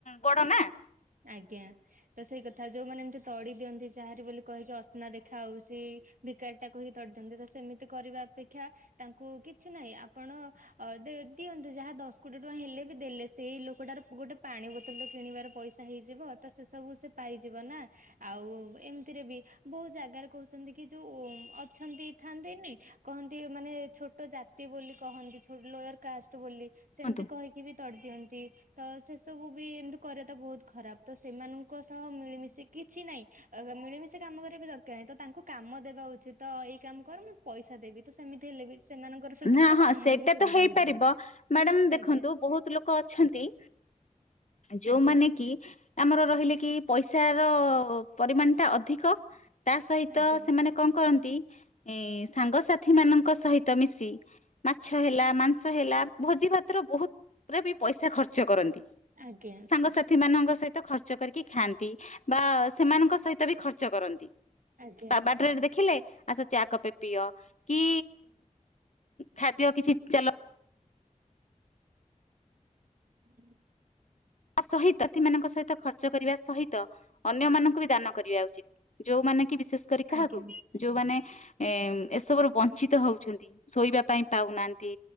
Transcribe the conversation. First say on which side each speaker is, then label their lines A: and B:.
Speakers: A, on the left; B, on the right.
A: ବଡ ନା
B: ଆଜ୍ଞା। ତ ସେଇ କଥା ଯୋଉମାନେ ଏମିତି ତଡି ଦିଅନ୍ତି ଯାହାରି ବୋଲି କହିକି ଅସନା ଦେଖା ହଉଛି। ଭିକାରୀଟା କହିକି ତଡ଼ି ଦନ୍ତି ତ ସେମିତି କରିବା ଅପେକ୍ଷା ତାଙ୍କୁ କିଛି ନାହିଁ ଆପଣ ଦିଅନ୍ତୁ ଯାହା ଦଶ କୋଟି ଟଙ୍କା ହେଲେ ବି ଦେଲେ ସେଇ ଲୋକଟାର ଗୋଟେ ପାଣି ବୋତଲ କିଣିବାର ପଇସା। ହେଇଯିବ ତ ସେ ସବୁ ସେ ପାଇଯିବ ନା। ଆଉ ଏମିତିରେ ବି ବହୁ ଜାଗାରେ କହୁଛନ୍ତି କି ଯୋଉ ଅଛନ୍ତି। ଥାନ୍ତିନି କହନ୍ତି ମାନେ ଛୋଟ ଜାତି ବୋଲି କହନ୍ତିଛୋଟ ଲୋୟର କାଷ୍ଟ ବୋଲି। ସେମିତି
A: କୁହନ୍ତୁ
B: କହିକି ବି ତଡ଼ିଦିଅନ୍ତି ତ ସେସବୁ ବି ଏମିତି କରିବା ତ ବହୁତ ଖରାପ ତ ସେମାନଙ୍କୁ ସହ ମିଳିମିଶି କିଛି ନାହିଁ ମିଳିମିଶି କାମ କରିବା ବି ଦରକାର ନାହିଁ ତ ତାଙ୍କୁ କାମ ଦେବା ଉଚିତ। ତ ଏଇ କାମ କର ମୁଁ ପଇସା ଦେବି ତ ସେମିତି ହେଲେ ବି ସେମାନଙ୍କର ସୁବିଧା
A: ହଁ
B: ହବ
A: ହଁ
B: ଆମର
A: ସେଇଟା
B: ବି ସୁବିଧା
A: ତ ହେଇପାରିବ
B: ହେଇଯିବ।
A: ମ୍ୟାଡାମ ଦେଖନ୍ତୁ
B: ଆଜ୍ଞା
A: ବହୁତ ଲୋକ ଅଛନ୍ତି ଯୋଉମାନେ
B: ଆଜ୍ଞା
A: କି ଆମର ରହିଲେ କି ପଇସା ର ପରିମାଣ ଟା ଅଧିକ ତା ସହିତ
B: ଆଜ୍ଞା
A: ସେମାନେ କଣ କରନ୍ତି ଏ ସାଙ୍ଗସାଥି ମାନଙ୍କ ସହିତ ମିଶ ମାଛ ହେଲା ମାଂସ ହେଲା ଭୋଜି ଭାତର ବହୁତ ପୁରା ବି ପଇସା ଖର୍ଚ୍ଚ କରନି।
B: ଆଜ୍ଞା।
A: ସାଙ୍ଗସଥି ମାନଙ୍କ ସହିତ ଖର୍ଚ୍ଚ କରିକି ଖାଆନ୍ତି ବା ସେମାନଙ୍କ ସହିତ ବି ଖର୍ଚ୍ଚ କରନ୍ତି।
B: ଆଜ୍ଞା
A: ବାଟରେ ଦେଖିଲେ ଆସ ଚାକପେ ପିଅ କି ଖାଦ୍ୟ କିଛି ଚାଲ
B: ହୁଁ।
A: ତା ସହିତ ସେମାନଙ୍କ ସହିତ ଖର୍ଚ୍ଚ କରିବା ସହିତ ଅନ୍ୟ ମାନଙ୍କୁ ବି ଦାନ କରିବା ଉଚିତ୍। ଯୋଉମାନେ କି ବିଶେଷ କରି କାହାକୁ
B: ଆଜ୍ଞା
A: ଯୋଉମାନେ ଏ ଏସବୁ ରୁ ବଂଞ୍ଚିତ ହଉଛନ୍ତି ଶୋଇବା ପାଇଁ ପାଉନାହାନ୍ତି।